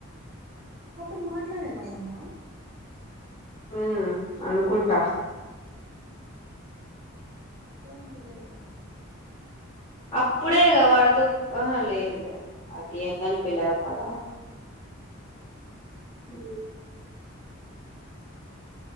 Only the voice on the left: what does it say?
ఉ అనుకుంటా
అప్పుడే వాడితో ఆ అ లే ఇలే అది ఏ నలపిలే ఆకువారా హ